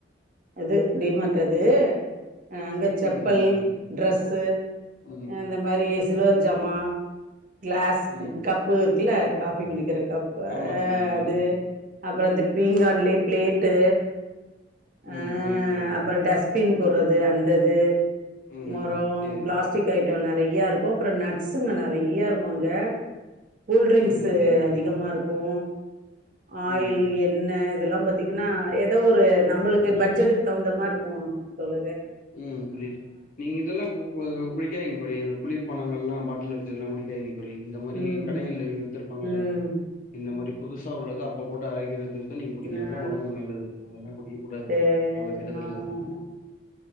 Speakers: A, on the right; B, on the left.
A: அது டிமார்ட் அது அங்க செப்பல்
B: ம் ஆமா தோழி
A: டிரெஸ்ஸு
B: ம்
A: அ இந்த மாரி சில்வர் ஜாமா கிளாஸ்
B: ம்
A: கப்பு இருக்குல்ல காஃபி குடிக்கிறக்கு கப் ஆ
B: ஆமா தோழி ஆமா
A: அது
B: தோழி
A: அப்பற அந்த பீங்காண்லேயே பிளேட்டு ஆ
B: ம் புரியுது தோழி
A: அப்பற டஸ்ட்பின் போடுறது அந்தது
B: ம்
A: மொரோ
B: சேரி
A: ப்ளாஸ்டி
B: தோழி
A: ஐட்ட நெ றைய இருக்கு அப்புற நட்ஸ்ஸுங்க நெறைய இருக்கு அங்க கூல் டிரிங்க்ஸ்ஸு
B: ம் சேரி தோழி
A: அதிகமா இருக்கு ஆயில்
B: ம்
A: எண்ணெ இதெல்லா பாத்தீங்கன்னா ஏதோ ஒரு நம்மளுக்கு
B: ம்
A: பட்ஜெட்டுக்கு தகுந்த மாரி மா தோழ
B: உம் புரியுது நீங்க இதெல்லா குக்க கூ குடிக்காதீங்க தோழி அந்த குளிர் பானங்கல்லா பாட்டில்ல வச்சதெல்லா குடிக்காதீங்க தோழி இந்த மாரி
A: ம்
B: கடைங்கள்ல வித்திருப்பாங்கல்ல
A: ம்
B: இந்த மாரி புதுசா உள்ளது அப்ப போட்டு அரைக்கிற ஜூஸ்ஸ நீங்க குடிங்க
A: ஆ
B: அதுதா ஒடம்புக்கு நல்லது அது எல்லா போட்டு குடிக்க கூடாது
A: சேரி
B: அவ்ளோ கெடுதல்
A: ஆமா
B: அதெல்லா
A: ஆமா